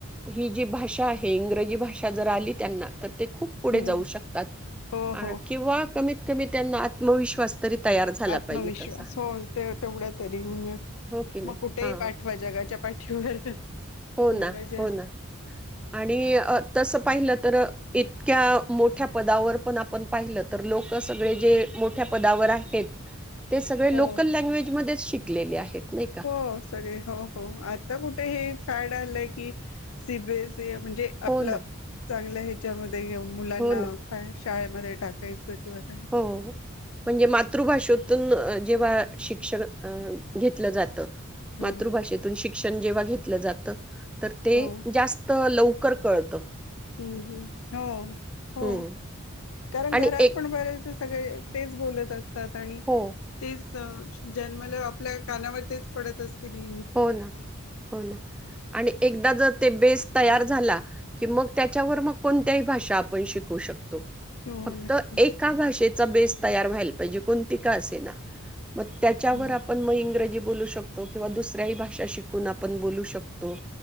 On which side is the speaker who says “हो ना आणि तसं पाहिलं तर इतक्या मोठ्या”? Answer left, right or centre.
Centre